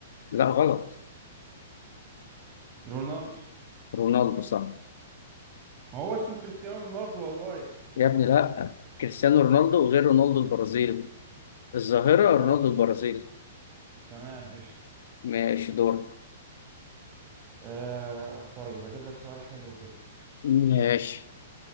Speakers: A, on the left; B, on the right.
A: لا غلط
B: رونالدو
A: رونالدو صح
B: ما هو اسمه كريستيانو رونالدو والله
A: يا ابني لا كريستيانو رونالدو غير رونالدو البرازيلي الظاهرة
B: اه
A: رونالدو البرازيلي
B: تمام قشط
A: ماشي دورك
B: آه طيب اجيب لك سؤال حلو كده
A: ماشي